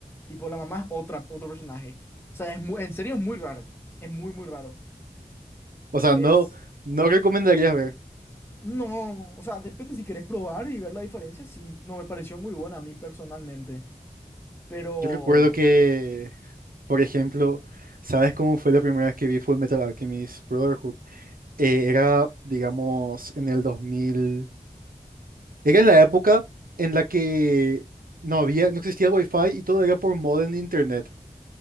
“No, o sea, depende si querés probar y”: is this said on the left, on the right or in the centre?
Left